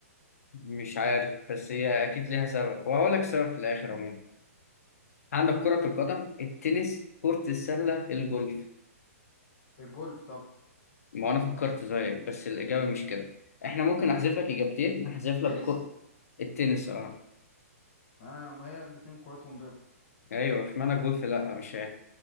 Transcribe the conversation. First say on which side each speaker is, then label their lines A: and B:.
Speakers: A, on the left; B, on the left.
A: مش عارف بس هي اكيد ليها سبب وهقول لك سبب في الاخر عموما عندك كرة القدم التنس كرة السلة الجولف
B: الجولف طبعا
A: ما أنا فكرت زيك بس الإجابة مش كده إحنا ممكن أحذف لك إجابتين أحذف
B: التنس
A: لك كو... التنس أه
B: انا ما هي الاتنين كورتهم بيضة
A: أيوه إشمعنى الجولف لأ مش عارف